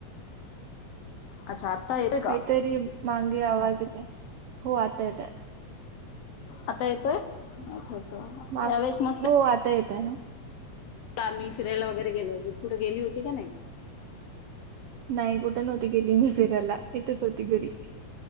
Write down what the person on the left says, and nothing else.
अच्छा येतोय का?
आता येतोय? अच्छा अच्छा
यावेळेस मस्त
आम्ही फिरायला वगैरे गेलेो होते कुठे गेली होती का नाही?